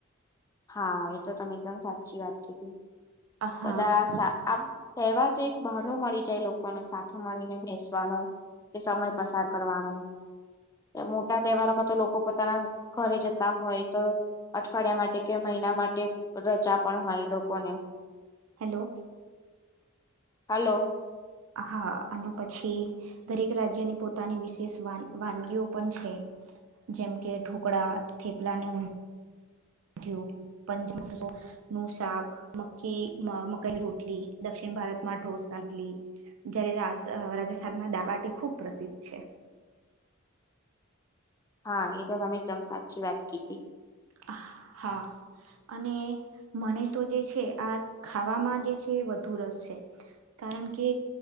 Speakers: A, on the left; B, on the right.
A: હા એ તો તમે એકદમ સાચી વાત કીધી
B: હા
A: બધા. તહેવા તો એક બણું મળી જાય લોકોને સાથે મળીને બેસવાનું. તે સમય પસાર કરવાનો. મોટા તહેવારોમાં તો લોકો પોતાના ઘરે જતા હોય તો અઠવાડિયા માટે, કે મહિના માટે રજા પણ હોય લોકોને!
B: હેલો.
A: હલો?
B: હા અને પછી, દરેક રાજ્યની પોતાની વિશેષ વાનગીઓ પણ છે. જેમ કે ઢોકળા થેપલા ને. જો <inaudible> નું શાક મખી મકાઈ રોટલી દક્ષિણ ભારતમાં ઢોસદલી. જય્યારે રાજસ્થાનમાં દાલબાટી ખુબ પ્રસિદ્ધ છે.
A: હા એ તો તમે એકદમ સાચી વાત કીધી.
B: અ હા, અને મને તો જે છે આ ખાવામાં જે છે વધુ રસ છે. કારણ કે